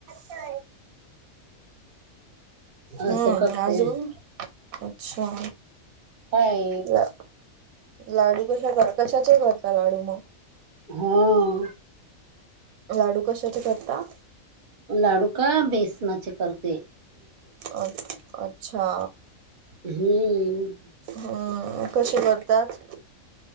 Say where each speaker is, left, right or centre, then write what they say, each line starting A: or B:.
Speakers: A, on the right; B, on the right.
A: <unintelligible> हम्म
B: असं करते
A: आजून अच्छा.
B: काय
A: ला लाडू कशा कर कशाचे करता लाडू म?
B: हां.
A: लाडू कशाचे करता?
B: लाडू का बेसनाचे करत.
A: अ अच्छा.
B: हम्म.
A: हम्म कशी करतात.